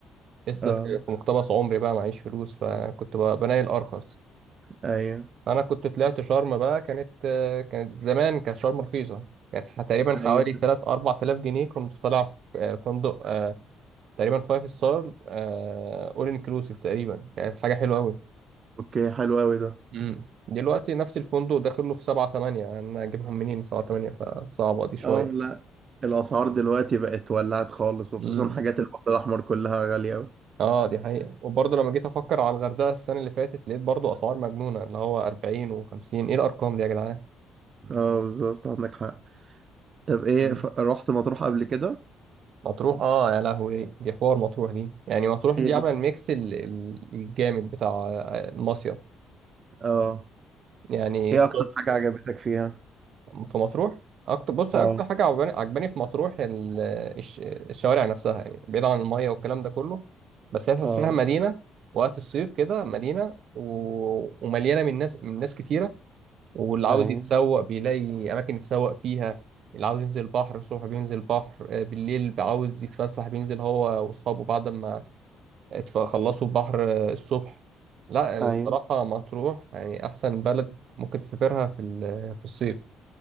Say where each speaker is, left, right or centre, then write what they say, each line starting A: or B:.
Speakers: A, on the right; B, on the right.
A: لسه
B: اه
A: في في مقتبس عمري بقى معيش فلوس فكنت بقى بناقي الارخص
B: ايوه
A: انا كنت طلعت شرم بقى كانت كانت زمان كانت شرم رخيصة كانت ح- تقريبا
B: ايوه
A: حوالي 3 4000 جنيه كنت طالع في آه، فندق آه، تقريبا فايف ستار اول انكلوسيف تقريبا كانت حاجة حلوة قوي
B: اوكي حلو قوي ده
A: مم. دلوقتي نفس الفندق داخل له في سبعة تمانية أنا أجيبهم منين سبعة تمانية فصعبة دي شوية
B: اه لا الاسعار دلوقتي بقت ولعت خالص وخصوصا
A: مم.
B: حاجات البحر الاحمر كلها غالية قوي
A: أه دي حقيقة وبرضه لما جيت أفكر على الغردقة السنة اللي فاتت لقيت برضه أسعار مجنونة اللي هو أربعين وخمسين إيه الأرقام دي يا جدعان
B: اه بالظبط عندك حق طب ايه
A: مم.
B: ف... رحت مطروح قبل كده
A: مطروح أه يا لهوي دي حوار مطروح دي يعني مطروح
B: ايه
A: دي عاملة
B: اكتر
A: الميكس ال- ال- الجامد بتاع آه، المصيف
B: اه
A: يعني
B: ايه
A: الصبح
B: اكتر حاجة عجبتك فيها
A: في مطروح اكتر بص
B: اه
A: اكتر حاجه عجباني عجباني في مطروح ال- الش- الشوارع نفسها يعني بعيد عن الميه والكلام ده كله بس هي تحسها
B: اه
A: مدينه وقت الصيف كده مدينه و... ومليانه من ناس من ناس كتيره واللي عاوز
B: ايوه
A: يتسوق بيلاقي اماكن يتسوق فيها اللي عاوز ينزل البحر الصبح بينزل البحر آه، بالليل عاوز يتفسح بينزل هو واصحابه بعد ما اتف- خلصوا البحر آه، الصبح لا الصراحه
B: ايوه
A: مطروح يعني احسن بلد ممكن تسافرها في ال- في الصيف